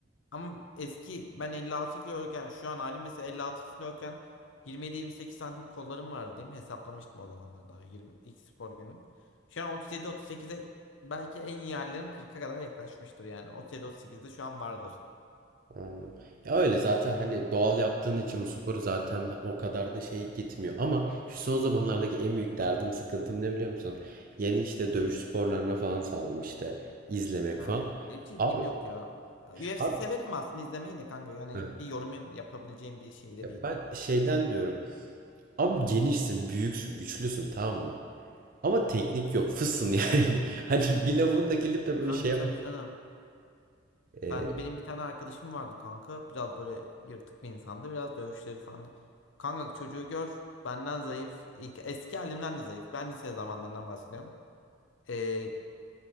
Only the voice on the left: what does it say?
Ama eski ben 56 kiloyken şu an halim mesela 56 kiloyken 27-28 santim kollarım vardı diyeyim. Hesaplamıştım o zamanlar daha 20 ilk spor günüm. Şu an 37-38'e belki en iyi yerlerim 40'a kadar yaklaşmıştır yani. 37-38'de şu an vardır.
Ha.
Benim hiç ilgim
yok ya. UFC
severim aslında izlemeyi de kanka. Yani
bir yorum yapabileceğim bir şeyde
değilim.
Kanka
tabii canım.
Ben benim bir tane arkadaşım vardı kanka. Biraz böyle yırtık bir insandı. Biraz dövüşleri falan. Kanka çocuğu gör. Benden zayıf. İlk- Eski halimden de zayıf. Ben lise zamanlarından bahsediyorum. Ee,